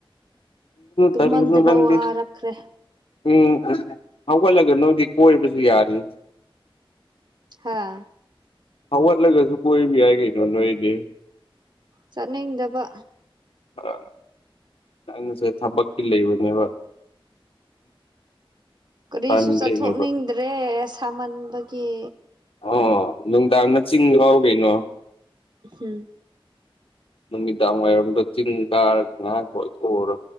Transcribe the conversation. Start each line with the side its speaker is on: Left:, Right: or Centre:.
Right: ꯇꯨꯝꯃꯟꯗꯅ
Left: ꯇꯟꯒꯅꯨ ꯅꯪꯗꯤ
Right: ꯋꯥꯔꯛꯈ꯭ꯔꯦ꯫
Left: ꯎꯝ ꯎꯝ ꯍꯧꯒꯠꯂꯒ ꯅꯣꯏꯗꯤ ꯀꯣꯏꯕꯁꯨ ꯌꯥꯔꯤ
Right: ꯍꯥꯥ꯫
Left: ꯍꯧꯒꯠꯂꯒꯁꯨ ꯀꯣꯏꯕ ꯌꯥꯏ ꯀꯩꯅꯣ ꯅꯣꯏꯗꯤ
Right: ꯆꯠꯅꯤꯡꯗꯕ꯫
Left: ꯑ ꯅꯪꯁꯦ ꯊꯕꯛꯇꯤ ꯂꯩꯕꯅꯦꯕ <unintelligible>
Right: ꯀꯔꯤꯁꯨ
Left: ꯇꯟꯕꯩꯅꯦꯕ
Right: ꯆꯠꯊꯣꯛꯅꯤꯡꯗ꯭ꯔꯦ ꯁꯥꯃꯟꯕꯒꯤ
Left: ꯑꯣ ꯅꯨꯡꯗꯥꯡꯗ ꯆꯤꯡ ꯀꯥꯎ ꯀꯩꯅꯣ
Right: ꯎꯝ
Left: ꯅꯨꯃꯤꯗꯥꯡ ꯋꯥꯏꯔꯝꯗ ꯆꯤꯡꯒꯥꯥꯔ ꯉꯥꯛ ꯀꯣꯢꯊꯣꯛꯎꯨꯔꯣ